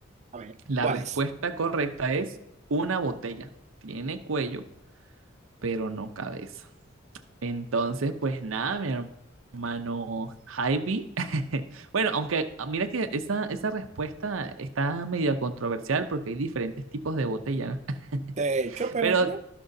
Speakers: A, on the right; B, on the right.
A: A ver,
B: La
A: ¿cuál
B: respuesta
A: es?
B: correcta es una botella. Tiene cuello, pero no cabeza. Entonces, pues nada, mi hermano Javi. <laughs> Bueno, aunque ah, mira que esa, esa respuesta está media controversial porque hay diferentes tipos de botella, ¿no?
A: De hecho,
B: <laughs>
A: pero
B: Pero,
A: no.